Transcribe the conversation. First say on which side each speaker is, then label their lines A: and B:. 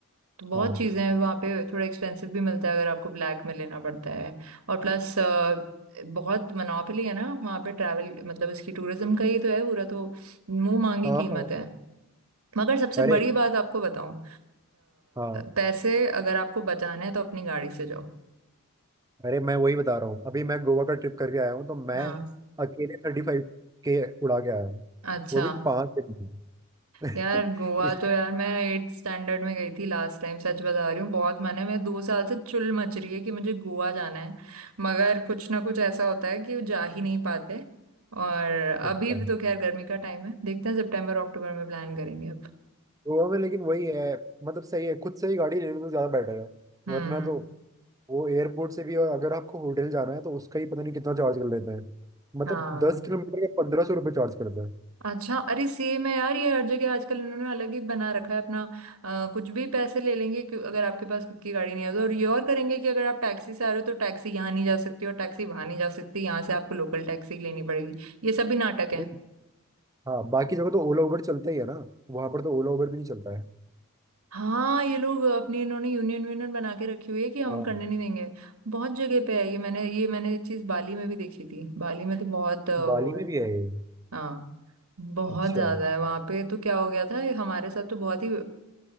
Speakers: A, on the right; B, on the right.
A: तो बहुत
B: हाँ
A: चीज़ें हैं वहाँ पे थोड़ा एक्सपेंसिव भी मिलता है अगर आपको ब्लैक में लेना पड़ता है और प्लस बहुत मोनोपोली है ना वहाँ पे ट्रैवल मतलब इसकी टूरिज्म का ही तो है पूरा तो मुंह मांगी
B: हाँ
A: कीमत
B: हाँ
A: है
B: हाँ
A: मगर सबसे
B: अरे
A: बड़ी बात आपको बताऊं अ,
B: हाँ
A: पैसे अगर आपको बचाने हैं तो अपनी गाड़ी से जाओ
B: अरे मैं वही बता रहा हूँ अभी मैं गोवा का ट्रिप करके आया हूँ तो मैं
A: हाँ
B: अकेले थर्टी फाइव के उड़ा के आया हूँ
A: अच्छा
B: वो भी पाँच दिन में।
A: यार गोवा
B: <laughs> इस
A: तो यार मैं एट स्टैंडर्ड में गई थी लास्ट टाइम सच बता रही हूँ बहुत मन है मैं दो साल से चुल मच रही है कि मुझे गोवा जाना है मगर कुछ ना कुछ ऐसा होता है कि वो जा ही नहीं पाते और अभी
B: अच्छा
A: भी तो खैर गर्मी का टाइम है देखते हैं सितंबर अक्टूबर में प्लान करेंगे अब
B: गोवा में लेकिन वही है मतलब सही है खुद से ही गाड़ी लेने तो ज़्यादा बेटर है
A: हम्म
B: वरना तो वो एयरपोर्ट से भी और अगर आपको होटल जाना है तो उसका ही पता नहीं कितना चार्ज कर लेते हैं मतलब
A: हाँ
B: दस किलोमीटर का पंद्रह सौ रुपये चार्ज करते
A: अच्छा अरे सेम है यार ये हर जगह आजकल इन्होंने अलग ही बना रखा है अपना अ, कुछ भी पैसे ले लेंगे क्यों अगर आपके पास खुद की गाड़ी नहीं है तो और ये और करेंगे कि अगर आप टैक्सी से आ रहे हो तो टैक्सी यहाँ नहीं जा सकती और टैक्सी वहां नहीं जा सकती यहाँ से आपको लोकल टैक्सी लेनी पड़ेगी ये सब भी नाटक है
B: हैं हाँ बाकी जगह तो ओला उबर चलता ही है ना वहां पर तो ओला उबर भी नहीं चलता है
A: हाँ ये लोग अपनी इन्होंने यूनियन यूनियन बना के रखी हुई है कि हम
B: हाँ
A: करने नहीं देंगे बहुत जगह पे है ये मैंने ये मैंने ये चीज बाली में भी देखी थी बाली में तो बहुत अ, वो
B: बाली
A: है
B: में भी है ये
A: हाँ बहुत
B: अच्छा
A: ज्यादा है वहां पे तो क्या हो गया था हमारे साथ तो बहुत ही